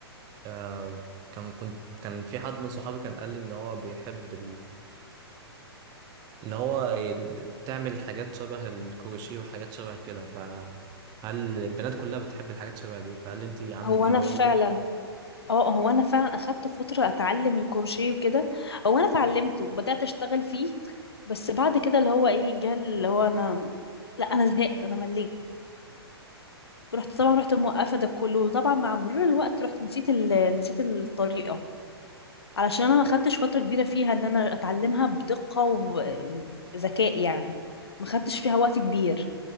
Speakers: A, on the right (about 25°); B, on the left (about 70°).
A: أم، كان كنت كان في حد من صحابي كان قال لي إن هو بيحب اللي هو تعمل حاجات شبه الكروشيه وحاجات شبه كده فهل البنات كلها بتحب الحاجات شبه دي فهل انت عندك
B: هو
A: الهواية
B: انا فعلا
A: دي
B: اه هو انا فعلا اخدت فتره اتعلم الكروشيه وكده هو انا اتعلمته وبدات اشتغل فيه بس بعد كده اللي هو ايه جه اللي هو انا لا انا زهقت انا مليت رحت طبعا رحت موقفه ده كله وطبعا مع مرور الوقت رحت نسيت ال... نسيت الطريقه علشان انا ما خدتش فتره كبيره فيها ان انا اتعلمها بدقه وبذكاء يعني ما خدتش فيها وقت كبير